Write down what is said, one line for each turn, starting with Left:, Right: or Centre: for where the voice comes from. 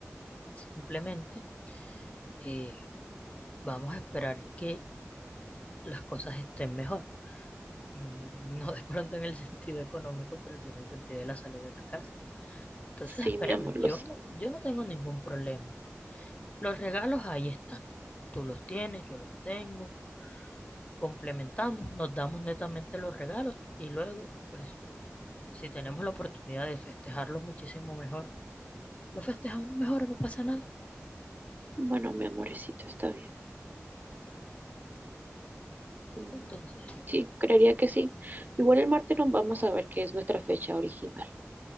Left: Simplemente eh, vamos a esperar que las cosas estén mejor. Mm, No de pronto en el sentido económico, pero sí en el sentido de la salud de tu casa. Entonces
Right: Sí,
Left: esperemos,
Right: mi amor, lo
Left: yo,
Right: sé.
Left: no- yo no tengo ningún problema. Los regalos ahí están. Tú los tienes, yo los tengo. Complementamos, nos damos netamente los regalos y luego, pues, si tenemos la oportunidad de festejarlos muchísimo mejor, lo festejamos mejor, no pasa nada.
Right: Bueno, mi amorecito, está bien. Mm,
Left: Entonces,
Right: sí, creería que sí. Igual el martes nos vamos a ver qué es nuestra fecha original.